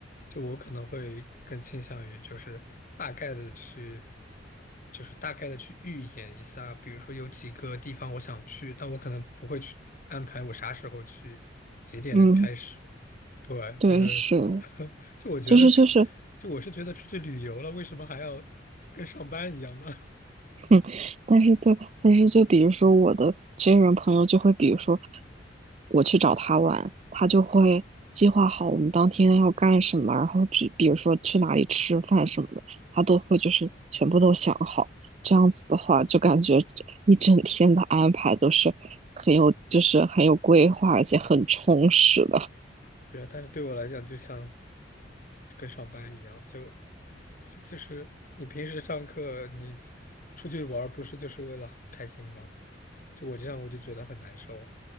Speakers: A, on the left; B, on the right.
A: 就我可能会更倾向于就是大概的去，就是大概的去预演一下，比如说有几个地方我想去，但我可能不会去安排我啥时候去，几点开始。
B: 嗯，
A: 对，
B: 对，
A: 就是，
B: 是，
A: <laughs> 就我觉得出，
B: 就是就是，
A: 就我是觉得出去旅游了，为什么还要跟上班一样呢？
B: <laughs> 嗯，但是对，但是就比如说我的真人朋友就会，比如说我去找他玩，他就会计划好我们当天要干什么，然后去比如说去哪里吃饭什么的，他都会就是全部都想好。这样子的话，就感觉一整天的安排都是很有，就是很有规划，而且很充实的。
A: <laughs> 对啊，但是对我来讲，就像跟上班一样，就。这就是你平时上课，你出去玩儿不是就是为了开心吗？就我这样，我就觉得很难受啊。